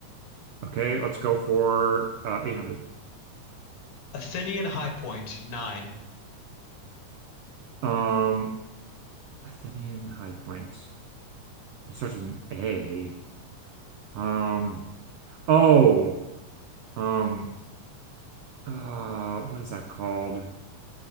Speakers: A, on the right; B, on the left.
A: Okay. Let's go for uh, 800.
B: Athenian High Point 9.
A: Um, Athenian High Point. It starts with an A. Um, oh, um, uh, what is that called?